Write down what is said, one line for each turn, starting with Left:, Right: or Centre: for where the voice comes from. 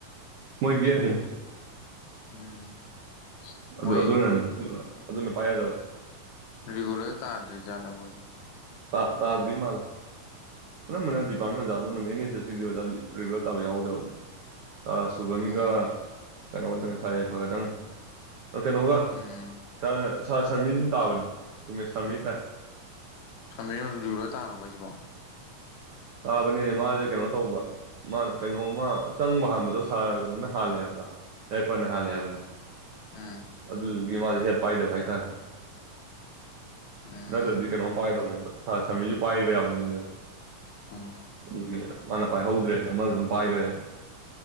Right: ꯃꯣꯏ ꯒꯦꯁꯅꯦ
Left: ꯎꯝ
Right: ꯑꯗꯨ
Left: ꯃꯣꯏ
Right: ꯑꯗꯨꯅꯅꯤ ꯑꯗꯨꯅ ꯄꯥꯏ ꯌꯥꯗꯕ
Left: ꯔꯤꯒꯨꯂꯔ ꯇꯥꯗꯔꯤꯖꯥꯠꯂ‌ꯣ ꯃ‌ꯣꯏꯁꯤ
Right: ꯇꯥ ꯇꯥꯗꯔꯤ ꯃꯥꯜ ꯑꯅꯝꯕꯅ ꯗꯤꯄꯥꯔꯠꯃꯦꯟ ꯑꯣꯖꯥ ꯑꯅꯝꯕꯅ ꯑꯦꯟ ꯑ‌ꯦꯁ ꯑꯦꯁꯒꯤꯗꯤ ꯑꯣꯖꯥ ꯔꯤꯒꯨꯂꯔ ꯇꯥꯕ ꯌꯥꯎꯗꯕꯅꯤ ꯑꯁ ꯁꯨꯕꯟꯒ
Left: ꯎꯝ
Right: ꯀꯩꯅꯣꯒꯇꯅ‌ꯦ ꯁꯥꯔ ꯌꯥꯏꯐ ꯒꯗꯪ ꯀꯩꯅꯣꯒ
Left: ꯎꯝ
Right: ꯁꯥꯔ ꯁꯥꯔ ꯁꯃꯤꯔꯁꯨ ꯇꯥꯕꯅꯤ ꯆꯨꯝꯃꯦ ꯁꯃꯤꯔ ꯇꯥꯏ
Left: ꯁꯃꯤꯔ ꯔꯤꯒꯨꯂꯔ ꯇꯥꯔꯕꯣ ꯍꯥꯏꯖꯤꯕꯣ
Right: ꯇꯥꯕꯅꯦ ꯃꯥꯁꯦ ꯀꯩꯅꯣ ꯇꯧꯕ ꯃꯥꯅ ꯀꯩꯅꯣꯝꯃ ꯆꯪꯕ ꯍꯥꯟꯕꯗꯣ ꯁꯥꯔ ꯀꯩꯅꯣꯅ ꯍꯥꯜꯂꯦꯕ꯭ꯔꯥ ꯌꯥꯏꯐꯅ ꯍꯥꯜꯂꯦ ꯍꯥꯏꯕ꯭ꯔ
Left: ꯎꯝ
Right: ꯑꯗꯨꯗꯨꯒꯤ ꯃꯥꯁꯦ ꯍꯠ ꯄꯥꯏꯗꯕ ꯍꯥꯏꯇꯥꯔꯦ
Left: ꯎꯝ
Right: ꯅꯠꯇ꯭ꯔꯗꯤ ꯀꯩꯅꯣꯝ ꯄꯥꯏꯗꯧꯅꯦꯕ ꯁꯥ ꯁꯟꯃꯤꯁꯨ ꯄꯥꯏꯕ ꯌꯥꯕ ꯃꯤꯅꯦꯕ
Left: ꯑꯝ
Right: ꯑꯗꯨꯒꯤ ꯃꯥꯅ ꯄꯥꯏꯍꯧꯗ꯭ꯔꯦꯅ ꯑꯃꯗꯨꯅ ꯄꯥꯏꯈ꯭ꯔꯦ